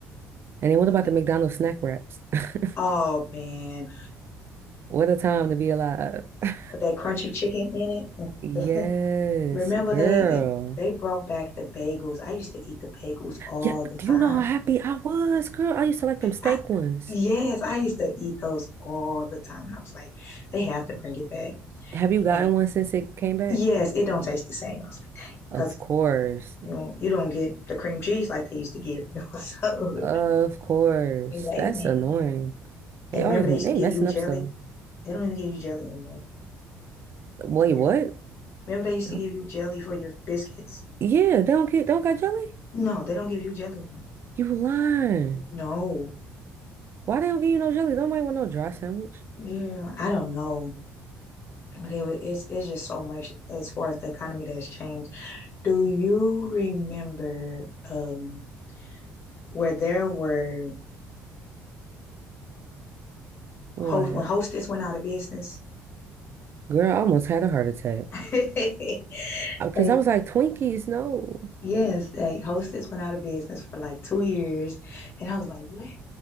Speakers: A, on the right; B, on the left.
A: And then what
B: And
A: about
B: th-
A: the McDonald's snack wraps? <laughs>
B: oh man.
A: What a time to be alive. <laughs>
B: With that crunchy chicken in it. <laughs>
A: Yes,
B: the- remember
A: girl.
B: they they brought back the bagels. I used to eat the bagels all
A: Yeah,
B: the
A: do
B: time.
A: you know how happy I was, girl? I used to like them steak
B: I,
A: ones.
B: yes, I used to eat those all the time. And I was like, they have to bring it back.
A: Have you gotten
B: And
A: one since it came back?
B: yes, it don't taste the same. I was like, dang,
A: Of
B: because
A: course.
B: you know, you don't get the cream cheese like they used to give you. <laughs> So
A: Of course.
B: it's like,
A: That's
B: man.
A: annoying.
B: And
A: They
B: remember
A: always
B: they
A: they
B: used to give
A: messing
B: you jelly?
A: up stuff.
B: They don't even give you jelly anymore.
A: Wait,
B: For real.
A: what?
B: Remember they used
A: Huh?
B: to give you jelly for your biscuits?
A: Yeah, they don't get they don't got jelly?
B: No, they don't give you jelly anymore.
A: You lying.
B: No.
A: Why they don't give you no jelly? Nobody want no dry sandwich.
B: Yeah, I don't know. But it was, it's it's just so much as far as the economy that has changed. Do you remember um, where there were
A: What?
B: host when Hostess went out of business?
A: Girl, I almost had a heart attack.
B: <laughs>
A: Because
B: Like
A: I was like, Twinkies, no.
B: yes, like Hostess went out of business for like two years, and I was like, what?